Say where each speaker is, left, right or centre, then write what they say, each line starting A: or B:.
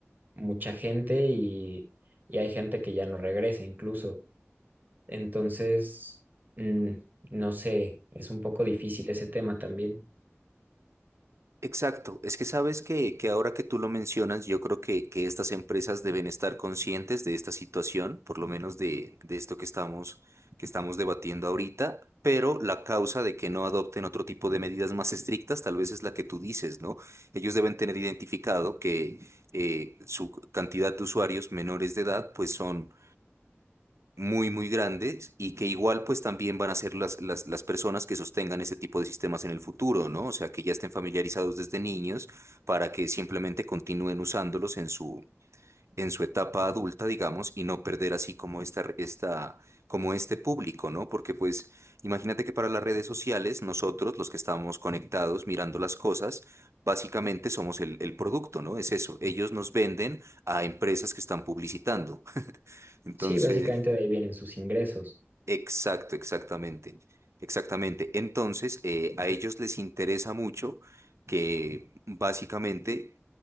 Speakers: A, on the right; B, on the right.
A: mucha gente y, y hay gente que ya no regresa incluso. Entonces, mm, no sé, es un poco difícil ese tema también.
B: Exacto, es que sabes que, que ahora que tú lo mencionas, yo creo que, que estas empresas deben estar conscientes de esta situación, por lo menos de, de esto que estamos, que estamos debatiendo ahorita, pero la causa de que no adopten otro tipo de medidas más estrictas tal vez es la que tú dices, ¿no? Ellos deben tener identificado que eh, su cantidad de usuarios menores de edad pues son muy, muy grandes y que igual pues también van a ser las, las, las personas que sostengan ese tipo de sistemas en el futuro, ¿no? O sea, que ya estén familiarizados desde niños para que simplemente continúen usándolos en su, en su etapa adulta, digamos, y no perder así como esta, esta, como este público, ¿no? Porque pues imagínate que para las redes sociales nosotros, los que estamos conectados mirando las cosas, básicamente somos el, el producto, ¿no? Es eso, ellos nos venden a empresas que están publicitando. Entonces...
A: Sí, básicamente de ahí vienen sus ingresos.
B: Exacto, exactamente. Exactamente. Entonces, eh, a ellos les interesa mucho que básicamente